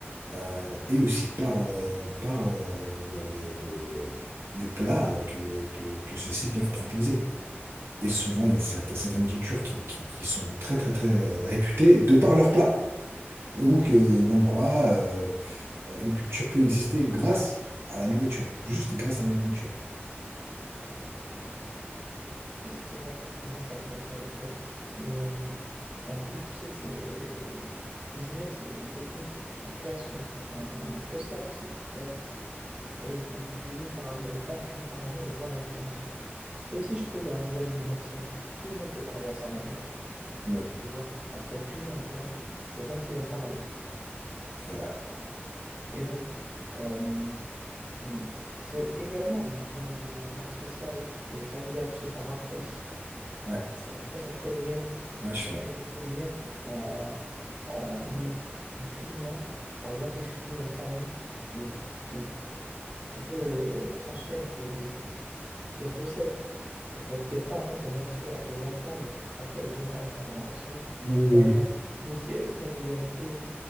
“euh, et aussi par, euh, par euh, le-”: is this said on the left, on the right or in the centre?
Right